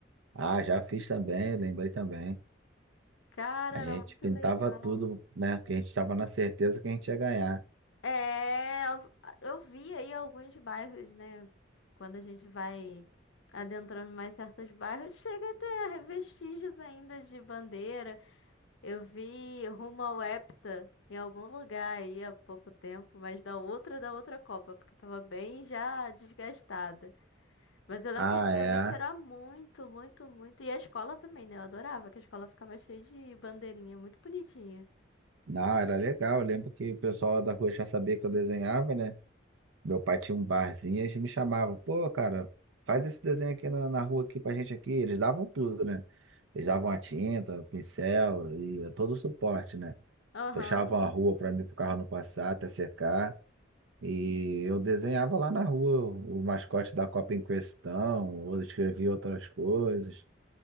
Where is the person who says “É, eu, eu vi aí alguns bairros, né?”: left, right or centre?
Left